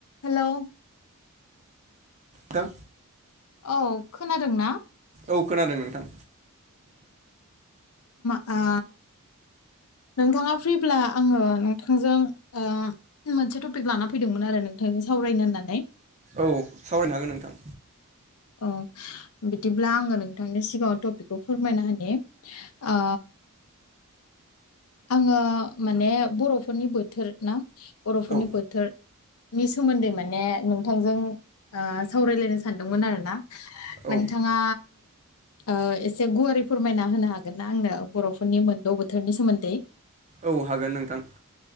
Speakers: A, on the left (about 70°); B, on the right (about 30°).
A: Hello
B: दों
A: औ खोनादों ना
B: औ खोनादों नोंथां
A: आ नोंथाङा फ्रिब्ला आङो नोंथांजों ओ मोनसे टपिक लाना फैदोंमोन आरो नोंथां सावरायनो होननानै
B: औ सावरायनो हागोन नोंथां
A: ओ बिदिब्ला आङो नोंथांनि सिगाङाव टपिकखौ फोरमायना होनि आ आङो माने बर'फोरनि बोथोर ना बर'फोरनि
B: औ
A: बोथोर नि सोमोन्दै माने नोंथांजों ओ सावरायलायनो ओ सानदोंमोन आरो ना
B: औ
A: नोंथाङा ओ एसे गुवारै फोरमायना होनो हागोन ना आंनो बर'फोरनि मोनद' बोथोरनि सोमोन्दै
B: औ हागोन नोंथां